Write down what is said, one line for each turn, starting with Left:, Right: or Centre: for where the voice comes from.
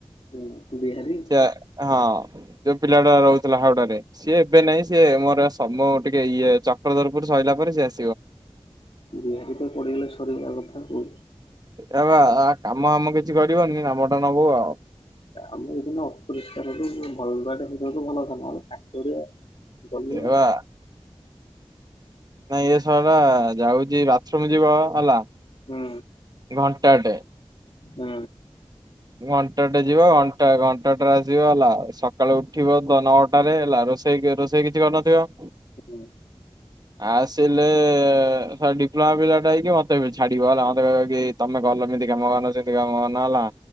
Left: ହୁଁ। ବିହାରୀ
Right: ସେ ହଁ ଯୋଉ ପିଲା ଟା ରହୁଥିଲା ହାଉଡାରେ ସିଏ ଏବେ ନାହିଁ ସିଏ ମୋର ତମ ଟିକେ ଇଏ ଚକ୍ରଧରପୁର ସଇଲା ପରେ ସିଏ ଆସିବ
Left: ବିହାରୀ ତ ପଡି ଗଲେ ସରୀ ଗଲା କଥା ଆଉ।
Right: ଏ ବା ଆ କାମ ଆମ କିଛି କରିବନି ନାମଟା ନବୁ ଆଉ।
Left: ଆମର ଏଦିନ ଅପରିଷ୍କାରୁ ଭଲଟା ସେଇ ଭଲ କଥା ନହେଲେ କାଚଡିଆ ଗଲୁଆ
Right: ଏ ବା ନାଇଁ ଏ! !!!!!!!!! ଟା ଯାଉଛି ବାଥରୁମ ଯିବ ହେଲା
Left: ହୁଁ
Right: ଘଣ୍ଟାଟେ।
Left: ହୁଁ।
Right: ଘଣ୍ଟାଟେ ଯିବ ଘଣ୍ଟା ଘଣ୍ଟା ଟା ରେ ଆସିବ ହେଲା ସକାଳୁ ଉଠିବ ନଅଟାରେ ହେଲା। ରୋଷେଇ ରୋଷେଇ କିଛି କରିନଥିବ
Left: ହୁଁ।
Right: ଆସିଲେ ସାର୍ ଡିପ୍ଲୋମା ପିଲାଟା ହେଇକି ମତେ ଏବେ ଛାଡିବ ହେଲା ମତେ କହିବ କି ତମେ ଗଲନି <unintelligible> ହେଲା